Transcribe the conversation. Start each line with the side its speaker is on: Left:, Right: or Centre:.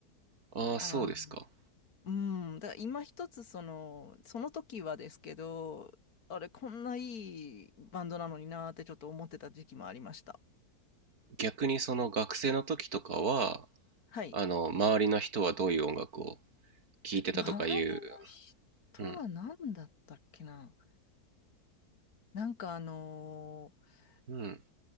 Right: ああ、
Left: あの、
Right: そうですか。
Left: うん、だから今一つその、その時はですけど、あれ、こんないいバンドなのになーってちょっと思ってた時期もありました。
Right: 逆にその学生の時とかは、
Left: はい。
Right: あの、周りの人はどういう音楽を聴いてたとかいう、
Left: 周りの人
Right: うん、
Left: は何だったっけな。なんかあのー
Right: うん。